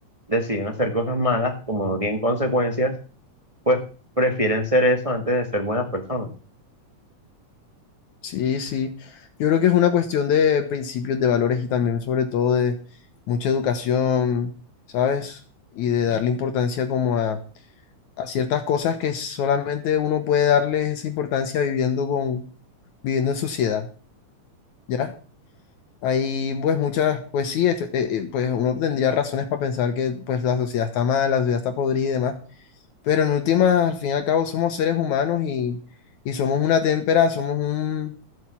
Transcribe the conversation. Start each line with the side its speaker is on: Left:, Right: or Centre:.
Right: deciden hacer cosas malas, como no tienen consecuencias, pues prefieren ser eso antes de ser buenas personas.
Left: Sí, sí. Yo creo que es una cuestión de principios, de valores y también sobre todo de mucha educación, ¿sabes? Y de darle importancia como a, a ciertas cosas que solamente uno puede darle esa importancia viviendo con, viviendo en sociedad, ¿ya? Hay pues muchas, pues sí, efe- eh, eh, pues uno tendría razones para pensar que pues la sociedad está mal, la sociedad está podrida y demás, pero en últimas, al fin y al cabo, somos seres humanos y, y somos una témpera, somos un,